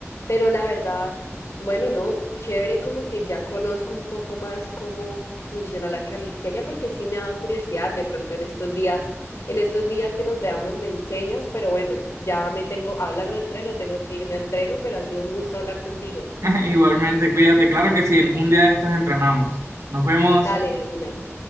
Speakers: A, on the left; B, on the right.
A: pero la verdad, bueno, no, chévere como que ya conozco un poco más cómo funciona la calistenia porque sí me ha dado curiosidad de pronto en estos días, en estos días que nos veamos me enseñas, pero bueno, ya me tengo hablando de entreno, tengo que irme a entreno, pero ha sido un gusto hablar contigo.
B: <laughs> Igualmente, cuídate. Claro que sí, un día de estos entrenamos. Nos vemos.
A: Dale de una.